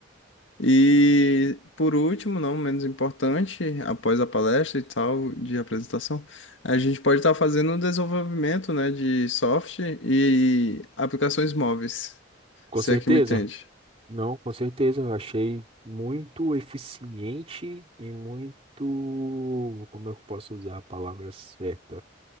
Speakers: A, on the left; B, on the right.
A: E por último, não menos importante, após a palestra e tal de apresentação, a gente pode estar fazendo o desenvolvimento, né, de software e aplicações móveis,
B: Com
A: se
B: certeza.
A: é que me entende.
B: Não, com certeza, eu achei muito eficiente e muito, como é que eu posso usar a palavra certa?